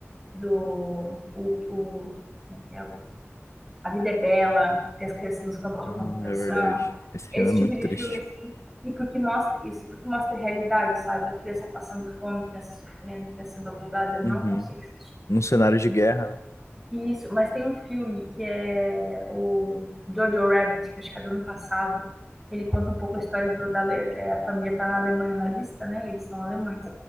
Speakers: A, in the centre; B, on the left.
A: do. O, o, como é que é? A Vida é Bela, tem as crianças nos campos
B: Ah,
A: de concentração.
B: é verdade. Esse filme
A: Esse
B: é muito
A: tipo de
B: triste.
A: filme, assim, e porque mostra isso, porque mostra a realidade, sabe? Criança passando fome, criança sofrendo, criança sendo abusada, não
B: Uhum.
A: consigo assistir.
B: Num cenário de guerra, né?
A: Isso, mas tem um filme que é o Jojo Rabbit, que acho que é do ano passado. Ele conta um pouco a história do, da Ale- é, a família tá na Alemanha nazista, né? Eles são alemães.